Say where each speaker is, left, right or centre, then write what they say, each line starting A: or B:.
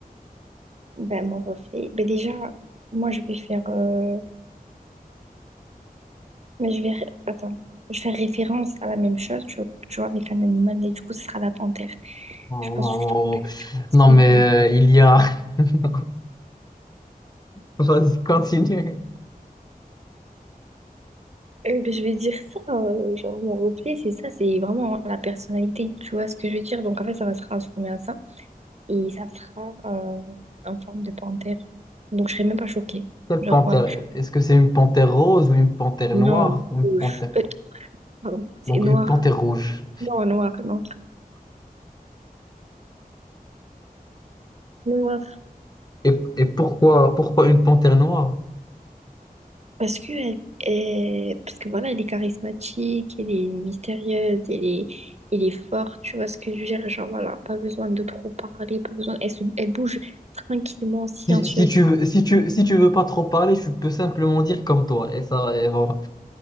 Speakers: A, on the right; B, on the left.
A: ben, mon reflet. Ben, déjà, moi, je vais faire. euh, Mais je vais... ré- Attends. Je vais faire référence à la même chose, tu vois, tu vois, avec un animal, mais du coup, ce sera la panthère.
B: Oh, oh,
A: Je pense que je te rappelle,
B: oh, oh.
A: tu vois, ce
B: Non,
A: que j'ai
B: mais
A: pas dit.
B: euh, il y a. <laughs> Vas-y, continue.
A: Euh, ben, je vais dire ça, euh, genre, mon reflet, c'est ça, c'est vraiment la personnalité, tu vois ce que je veux dire. Donc, en fait, ça va se transformer à ça, et ça sera euh, en forme de panthère. Donc, je serai même pas choquée.
B: Quelle
A: Genre,
B: panthère?
A: voilà. je-
B: Est-ce que c'est une panthère rose ou une panthère
A: Non,
B: noire ou une
A: rouge.
B: panthère...
A: Euh, Pardon, c'est
B: Donc
A: noir.
B: une panthère rouge.
A: Non, noir, non. Noir.
B: Et, et pourquoi, pourquoi une panthère noire?
A: Parce que, elle, elle- parce que voilà, elle est charismatique, elle est mystérieuse, elle est, elle est forte, tu vois ce que je veux dire? Genre voilà, pas besoin de trop parler, pas besoin. Elle, se- elle bouge tranquillement, silencieusement.
B: Si, si tu veux, si tu, si tu veux pas trop parler, tu peux simplement dire comme toi. Et ça, et voilà.